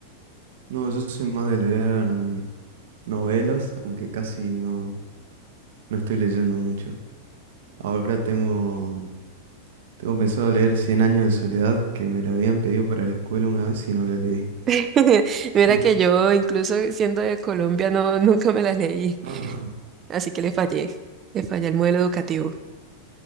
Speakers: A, on the right; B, on the right.
A: No, yo soy más de leer mm, novelas, aunque casi no, no estoy leyendo mucho. Ahora tengo, mm, tengo pensado leer Cien años de soledad, que me la habían pedido para la escuela una vez y no la leí.
B: <laughs>
A: <laughs>
B: Mira que yo, incluso siendo de Colombia, no, nunca me la leí,
A: Ah,
B: así que le fallé, le fallé el modelo educativo.